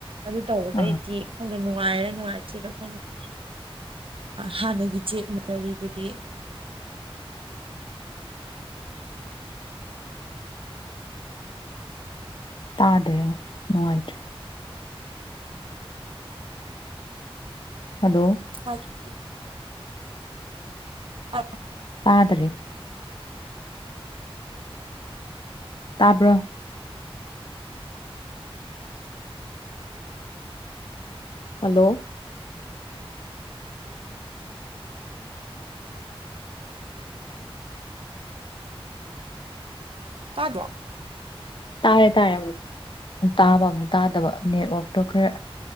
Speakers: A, on the right; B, on the left.
A: ꯑꯗꯨ ꯇꯧꯕꯗꯩꯗꯤ
B: ꯑꯥ
A: ꯅꯨꯡꯉꯥꯏꯔꯤꯔ ꯅꯨꯡꯉꯥꯏꯇ꯭ꯔꯤꯔ ꯈꯪꯗꯦ ꯍꯥꯟꯅꯒꯤ ꯖꯦꯛ ꯃꯔꯤꯗꯨꯗꯤ
B: ꯇꯥꯗꯔꯦ ꯑꯃꯨꯛ ꯅꯨꯡꯉꯥꯏꯇꯔꯦ ꯍꯜꯂꯣ
A: ꯃꯥꯒꯤ <unintelligible>
B: ꯇꯥꯗ꯭ꯔꯦ ꯇꯥꯕ꯭ꯔꯣ ꯍꯜꯂꯣ
A: ꯇꯥꯗꯔꯣ
B: ꯇꯥꯔꯦ ꯇꯥꯔꯦ ꯑꯃꯨꯛ ꯑꯃꯨꯛ ꯇꯥꯕ ꯑꯃꯨꯛ ꯇꯥꯗꯕ ꯅꯦꯠꯋꯥꯛꯇꯣ ꯈꯔ